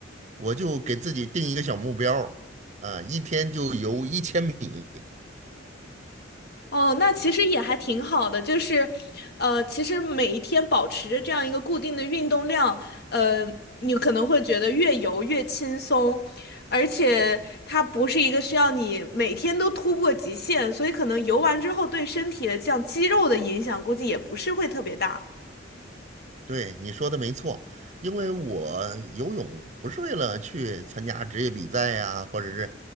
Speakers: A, on the right (about 40°); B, on the left (about 55°).
A: 我就给自己定一个小目标儿，啊，一天就游一千米。
B: 哦，那其实也还挺好的，就是，呃，其实每一天保持着这样一个固定的运动量，呃，你可能会觉得越游越轻松，而且它不是一个需要你每天都突破极限，所以可能游完之后对身体的这样肌肉的影响估计也不是会特别大。
A: 对，你说的没错，因为我游泳不是为了去参加职业比赛呀，或者是